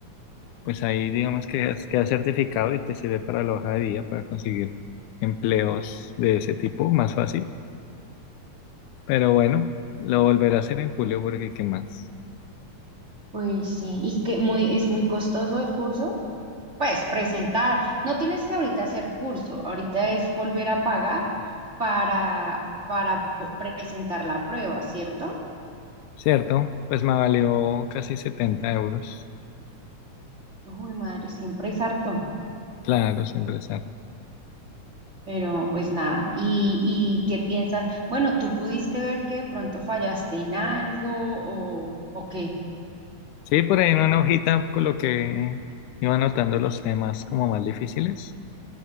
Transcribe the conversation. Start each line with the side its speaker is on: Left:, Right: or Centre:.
Left: pues ahí digamos que es- queda certificado y te sirve para la hoja de vida, para conseguir empleos de ese tipo, más fácil. Pero bueno, lo volveré a hacer en julio porque qué más.
Right: pues sí. Y que muy, es muy costoso el curso. Pues presentar, no tienes que ahorita hacer curso, ahorita es volver a pagar para, para vo- presentar la prueba, ¿cierto?
Left: Cierto, pues me valió casi 70 euros.
Right: Uy, madre, siempre es harto,
Left: Claro, siempre es
Right: pero pues nada, ¿y, y qué piensas? Bueno, ¿tú pudiste ver que de pronto fallaste en algo o, o qué?
Left: Sí, por ahí en una hojita coloqué, iba anotando los temas como más difíciles,